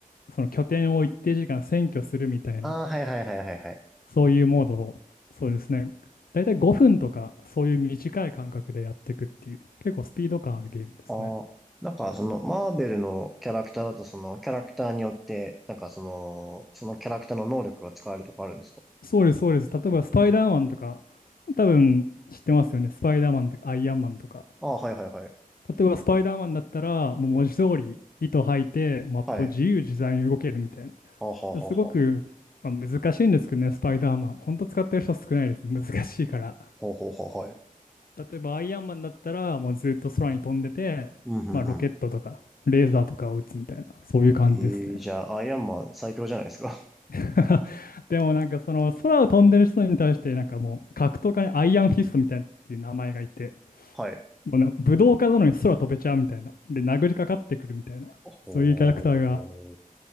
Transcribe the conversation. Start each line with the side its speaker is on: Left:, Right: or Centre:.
Left: その拠点を一定時間占拠するみたいな、
Centre: あー、はいはいはいはいはい。
Left: そういうモードを、そうですね、大体5分とか、そういう短い間隔でやっていくっていう、結構スピード感あるゲームですね。
Centre: あーはいはいはいはいはいあなんかその、マーベルのキャラクターだとその、キャラクターによって、なんかその、そのキャラクターの能力が使えるとかあるんですか
Left: そうです、そうです。例えば、スパイダーマンとか、多分知ってますよね。スパイダーマンとか、アイアンマンとか。
Centre: ああー、はいはいはい。
Left: 例えば、スパイダーマンだったら、もう文字通り、糸吐いて、マップを自由自在に動けるみたい
Centre: はい。あーはーはーはー
Left: な。すごく、まあ、難しいんですけどね、スパイダーマン。本当使ってる人少ないです。難しいから。
Centre: ほうほうほう、はい。
Left: 例えば、アイアンマンだったら、もうずっと空に飛んでて、
Centre: うん、うん、
Left: まあ、ロケットとか、
Centre: うん。
Left: レーザーとかを撃つみたいな、そういう感じですね。
Centre: えーじゃあ、アイアンマン最強じゃないですか。<laughs>
Left: <laughs> でもなんかその空を飛んでる人に対してなんかもう格闘家にアイアンフィストみたいなっていう名前がいて
Centre: はい。
Left: もうな、武道家なのに空飛べちゃうみたいな。で、殴りかかってくるみたいな。
Centre: ほ
Left: そういうキャラクターが、